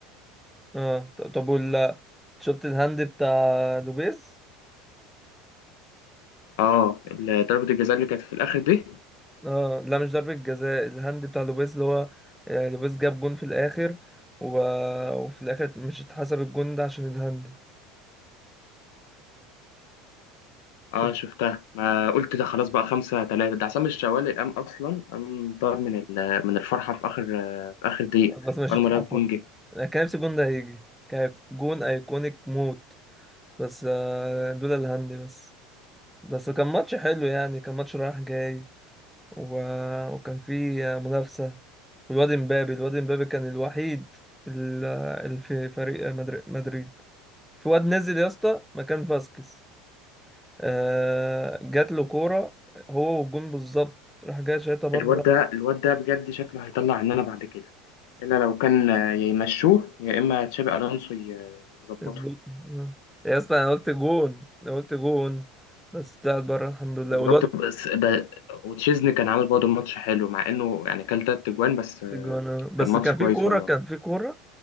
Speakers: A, in the centre; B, on the left (about 70°).
A: اه ط- طب ولا شفت الهاند بتاع لوبيز
B: آه ال- ضربة الجزاء اللي كانت في الاخر دي
A: اه لا مش ضربة جزاء الهاند بتاع لوبيز اللي هو آه، لوبيز جاب جون في الآخر و... وفي الآخر مش اتحسب الجون ده عشان الهاند
B: اه
A: شفت
B: شفتها ما قلت ده خلاص بقى خمسة تلاتة ده عصام الشوالي قام اصلا قام طار من ال- من الفرحة في اخر آه، في اخر دقيقة
A: بس مش
B: اول
A: اتحسب
B: ما لقى الجون جه
A: انا كان نفسي الجون ده هيجي كان جون ايكونيك موت بس آه، لولا الهاند بس بس كان ماتش حلو يعني كان ماتش رايح جاي و... وكان في منافسة والواد مبابي الواد مبابي كان الوحيد ال- اللي في فريق مدر- مدريد في واد نزل يا اسطى مكان فاسكيز آه جات له كورة هو والجون بالظبط راح جاي شايطها بره
B: الواد ده الواد ده بجد شكله هيطلع عننا بعد كده الا لو كان آه، يا يمشوه يا اما تشابي الونسو ي- يظبطه
A: اسبوع يا اسطى انا قلت جون انا قلت جون بس طلعت بره الحمد لله
B: استغربت
A: والواد
B: بس ده وتشيزني كان عامل برضه ماتش حلو مع انه يعني كان تلات اجوان بس آه،
A: جوانا بس
B: كان ماتش
A: كان
B: كويس
A: في كورة
B: والله
A: كان في كورة